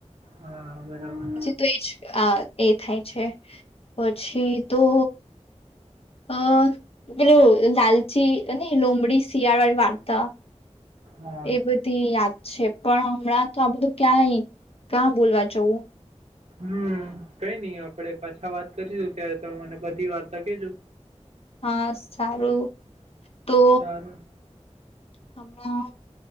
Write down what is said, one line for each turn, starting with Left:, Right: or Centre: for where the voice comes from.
Right: હા બરાબર
Left: તો એ જ એ થાય છે પછી તો. અ બેલોું લાલચી અને લુંમડી શિયાળ વાળ વાર્તા.
Right: હા
Left: એ બધી યાદ છે પણ હમણાં તો આ બધું ક્યાંય કાં બોલવા જવું.
Right: હમ કઈ નઈ આપડે પાછા વાત કરીશું ત્યારે ત મને બધી વાર્તા કેજો.
Left: બસ સારું. તો
Right: સારું.
Left: હમણાં